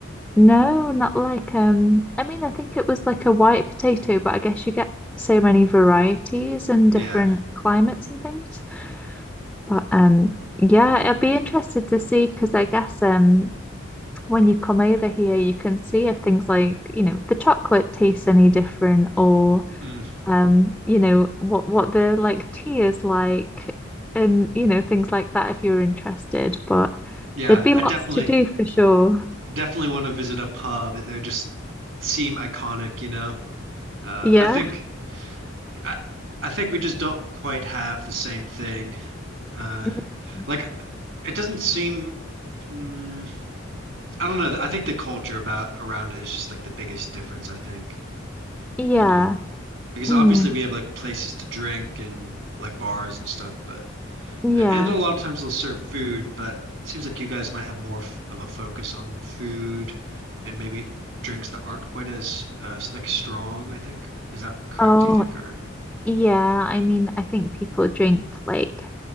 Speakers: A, in the centre; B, on the right.
A: no, not like um I mean I think it was like a white potato, but I guess you get so many varieties and
B: Yeah.
A: different climates and things. But um yeah, I'd be interested to see because I guess um when you come over here you can see if things like, you know, the chocolate tastes any different or
B: Mm,
A: um, you know, what what the like tea is like and you know, things like that if you're interested. But
B: yeah,
A: there'd be
B: I
A: lots
B: definitely
A: to do for sure.
B: definitely want to visit a pub. They just seem iconic, you know. Uh,
A: Yeah.
B: I think I, I think we just don't quite have the same thing. Uh,
A: Mm.
B: like it doesn't seem mm, I don't know. I think the culture about around it is just like the biggest difference, I think,
A: Yeah.
B: you know. Because
A: Mm.
B: obviously we have like places to drink and like bars and stuff, but
A: Yeah.
B: And, and a lot of times they'll serve food, but it seems like you guys might have more f of a focus on food and maybe drinks that aren't quite as uh, s- like strong, I think. Is that correct,
A: Oh,
B: do you think, or?
A: yeah. I mean, I think people drink like